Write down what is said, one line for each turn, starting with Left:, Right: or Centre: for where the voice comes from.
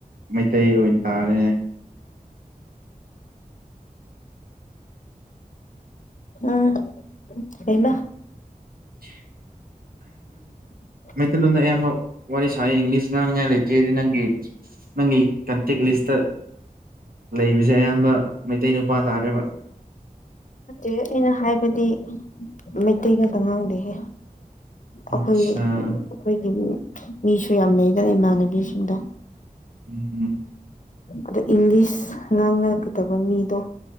Right: ꯃꯩꯇꯩ ꯑꯣꯏꯅ ꯇꯥꯔꯦ
Left: ꯎꯝ ꯍꯩꯃꯥ
Right: ꯎ
Left: ꯎ
Right: ꯃꯩꯇꯩꯂꯣꯟꯝꯗ ꯑꯌꯥꯝꯕ ꯋꯥꯔꯤ ꯁꯥꯏ ꯏꯪꯂꯤꯁ ꯉꯥꯡꯅꯉꯥꯏ ꯂꯩꯇꯦꯗꯤ ꯅꯪꯒꯤ ꯅꯪꯒꯤ ꯀꯇꯦꯛꯒ ꯂꯤꯁꯇ ꯂꯩꯕꯁꯦ ꯑꯌꯥꯝꯕ ꯃꯩꯇꯩ ꯅꯨꯄꯥ ꯇꯥꯔꯦꯕ
Left: ꯑꯩꯅ ꯍꯥꯏꯕꯗꯤ ꯃꯩꯇꯩ ꯉꯥꯛꯇ ꯉꯥꯡꯗꯦꯍꯦ
Right: ꯑꯠꯆꯥ
Left: ꯑꯩꯈꯣꯏ ꯑꯩꯈꯣꯏꯒꯤ ꯃꯤꯁꯨ ꯌꯥꯝ ꯂꯩꯗꯅ ꯏꯃꯥꯟꯅꯕꯤꯁꯤꯡꯗ
Right: ꯎꯝꯝ
Left: ꯑꯗꯣ ꯏꯪꯂꯤꯁ ꯉꯥꯡꯅꯒꯗꯕ ꯃꯤꯗꯣ